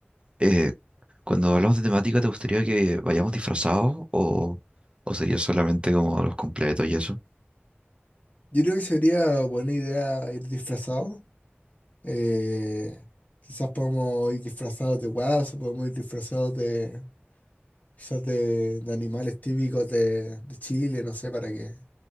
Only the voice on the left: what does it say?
Yo creo que sería buena idea ir disfrazado. Eh, quizás podemos ir disfrazados de guaso, podemos ir disfrazados de quizás de, de animales típicos de, de Chile, no sé, para que,